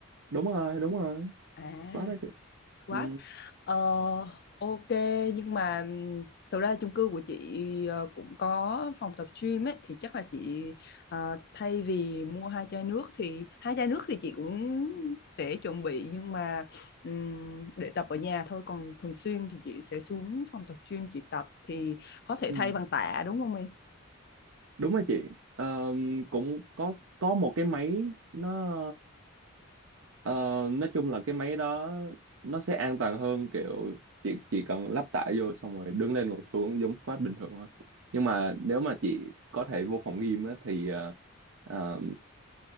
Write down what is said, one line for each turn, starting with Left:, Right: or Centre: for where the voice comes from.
Right: đúng rồi, đúng rồi.
Left: à
Right: Quá đó chị.
Left: Squat.
Right: Ừ,
Left: Ờ, ok nhưng mà ừm, thực ra chung cư của chị ờ, cũng có phòng tập gym ấy thì chắc là chị ờ, thay vì mua hai chai nước thì hai chai nước thì chị cũng sẽ chuẩn bị nhưng mà ừm, để tập ở nhà thôi còn thường xuyên thì chị sẽ xuống phòng tập gym chị tập thì có thể
Right: ừ.
Left: thay bằng tạ đúng không em?
Right: đúng rồi chị Ờ, cũng có có một cái máy nó ờ, nói chung là cái máy đó nó sẽ an toàn hơn kiểu chị chỉ cần lắp tải vô xong rồi đứng lên ngồi xuống giống squat bình thường thôi nhưng mà nếu mà chị có thể vô phòng gym á, thì ờ, ờ,